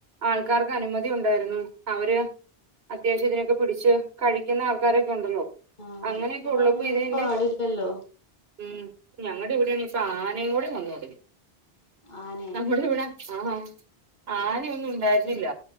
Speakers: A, on the right; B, on the left.
A: ആൾക്കാർക്ക് അനുമതി ഉണ്ടായിരുന്നു അവര് അത്യാവശ്യതിനൊക്കെ പിടിച്ച് കഴിക്കുന്ന ആൾക്കാരൊക്കെ ഉണ്ടല്ലോ
B: ആഹ്
A: അങ്ങനെയൊക്കെ
B: ഇപ്പൊ
A: ഉള്ളപ്പോ
B: അങ്ങനൊന്നും
A: ഇതിന്റെ
B: പാടില്ലല്ലോ
A: മ്മ് ഞങ്ങടെ ഇവിടെ ആണേൽ <unintelligible> നീ കൂടെ <unintelligible> മ്മ്
B: ആനെ
A: നമ്മുടെ ഇവിടെ ആഹ ആന ഒന്നും ഉണ്ടായിരുന്നില്ല